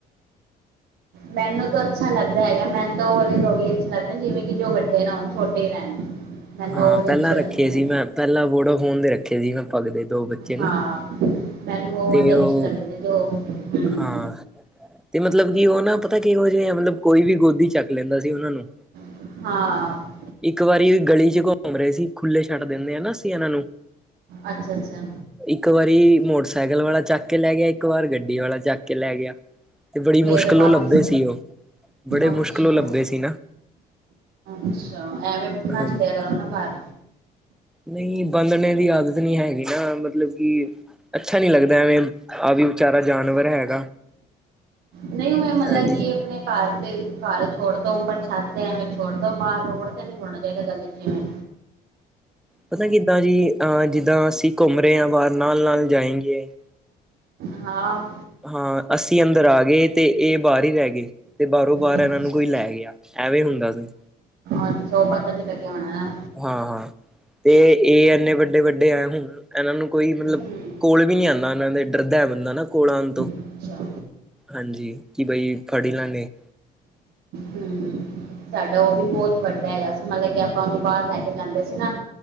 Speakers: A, on the right; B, in the centre.
A: ਮੈਨੂੰ ਤਾਂ ਅੱਛਾ ਲੱਗਦਾ ਹੈਗਾ। ਮੈਨੂੰ ਤਾਂ ਉਹਦੇ ਦ ਵੀ ਅੱਛੇ ਲੱਗਦੇ ਜਿਵੇਂ ਕਿ ਜੋ ਵੱਡੇ ਨਾ ਹੋਣ ਛੋਟੇ ਰਹਿਣ। ਮੈਨੂੰ
B: ਹਾਂ
A: ਉਹ ਵਾਲੇ
B: ਪਹਿਲਾਂ
A: ਅੱਛੇ ਲੱਗਦੇ
B: ਰੱਖੇ
A: ਨੇ
B: ਸੀ ਮੈਂ, ਪਹਿਲਾਂ ਵੋਡਾਫੋਨ ਦੇ ਰੱਖੇ ਸੀ ਮੈਂ ਪਗਦੇ ਦੋ ਬੱਚੇ। ਨਾ
A: ਹਾਂ ਅ। ਮੈਨੂੰ ਉਹ
B: ਤੇ
A: ਵਾਲੇ
B: ਉਹ
A: ਅੱਛੇ ਲੱਗਦੇ ਨੇ, ਜੋ। ਹਮ,
B: ਹਾਂ ਤੇ ਮਤਲਬ ਕੀ ਉਹ ਨਾ ਪਤਾ ਕਿਹੋ ਜਿਹੇ ਆ, ਮਤਲਬ ਕੋਈ ਵੀ ਗੋਦੀ ਚੱਕ ਲੈਂਦਾ ਸੀ ਉਹਨਾਂ ਨੂੰ।
A: ਹਾਂ ਅ।
B: ਇੱਕ ਵਾਰੀ ਗਲੀ 'ਚ ਘੁੰਮ ਰਹੇ ਸੀ, ਖੁੱਲ੍ਹੇ ਛੱਡ ਦਿੰਦੇ ਹ ਨਾ ਅਸੀਂ ਇਹਨਾਂ ਨੂੰ।
A: ਅੱਛਾ। ਅੱਛਾ।
B: ਇੱਕ ਵਾਰੀ ਮੋਟਰਸਾਈਕਲ ਵਾਲਾ ਚੱਕ ਕੇ ਲੈ ਗਿਆ, ਇੱਕ ਵਾਰ ਗੱਡੀ ਵਾਲਾ ਚੱਕ ਕੇ ਲੈ ਗਿਆ। ਤੇ ਬੜੀ
A: ਫਿਰ
B: ਮੁਸ਼ਕਲੋਂ
A: ਵਾਪਿਸ
B: ਲੱਭੇ ਸੀ ਉਹ, ਬੜੇ ਮੁਸ਼ਕਿਲੋਂ
A: ਅੱਛਾ
B: ਲੱਭੇ ਸੀ ਨਾ।
A: ਅੱਛਾ, ਐਵੇਂ ਨਾ
B: ਹਾਂਜੀ।
A: ਛੱਡਿਆ ਕਰੋ ਨਾ ਬਾਹਰ।
B: ਨਹੀਂ ਬੰਦਣੇ ਦੀ ਆਦਤ ਨੀ ਹੈਗੀ ਨਾ ਮਤਲਬ ਕਿ। ਅੱਛਾ ਨੀ ਲੱਗਦਾ ਐਵੇਂ, ਆ ਵੀ। ਬੇਚਾਰਾ ਜਾਨਵਰ ਹੈਗਾ,
A: ਨਹੀਂ ਮੈਂ ਮਤਲਬ
B: ਹਾਂਜੀ।
A: ਕਿ ਆਪਣੇ ਘਰ ਤੇ ਘਰ ਛੋੜ ਦੋ, ਉੱਪਰ ਛੱਤ ਐਵੇਂ ਛੋੜ ਦੋ, ਬਾਹਰ ਰੋਡ ਤੇ ਨੀ ਛੋੜਨਾ ਚਾਹੀਦਾ ਗੱਲੀ 'ਚ ਜਿਵੇਂ।
B: ਪਤਾ ਕਿੱਦਾਂ ਜੀ ਅਹ ਜਿੱਦਾਂ ਅਸੀਂ ਘੁੰਮ ਰਹੇ ਹਾਂ ਬਾਹਰ, ਨਾਲ-ਨਾਲ ਜਾਏਗੇ।
A: ਹਾਂ ਅ।
B: ਹਾਂ ਅਸੀਂ ਅੰਦਰ ਆ ਗਏ, ਤੇ ਇਹ ਬਾਹਰ ਹੀ ਰਹਿ ਗਏ, ਤੇ ਬਾਹਰੋਂ ਬਾਹਰ ਓ
A: ਅੱਛਾ
B: ਭਾਰ ਇਹਨਾਂ ਨੂੰ ਕੋਈ ਲੈ ਗਿਆ। ਐਵੇਂ ਹੁੰਦਾ ਸਨ।
A: ਅੱਛਾ, ਔ ਪਤਾ ਨਿ ਲਗਯਾ ਹੋਣਾ ਹਾ।
B: ਹਾਂ-ਹਾਂ, ਤੇ ਇਹ ਐੰਨੇ ਵੱਡੇ ਵੱਡੇ ਐ ਹੁਣ। ਇਹਨਾਂ ਨੂੰ ਕੋਈ ਮਤਲਬ,
A: ਹੂੰ
B: ਕੋਲ ਵੀ ਨੀ ਆਂਦਾ ਇਹਨਾਂ ਦੇ, ਡਰਦਾ ਐ ਬੰਦਾ ਨਾ ਕੋਲ ਆਣ ਤੋਂ।
A: ਅੱਛਾ।
B: ਹਾਂਜੀ, ਕਿ ਬਈ, ਫੜ ਈ ਨਾ ਲੇ
A: ਹੂ, ਸਾਡਾ ਉਹ ਵੀ ਬਹੁਤ ਵੱਡਾ ਹੈਗਾ ਸੀ, ਮਤਲਬ ਕਿ ਆਪਾਂ ਉਹਨੂੰ ਬਾਹਰ ਲੈ ਕੇ ਜਾਂਦੇ ਸੀ ਨਾ।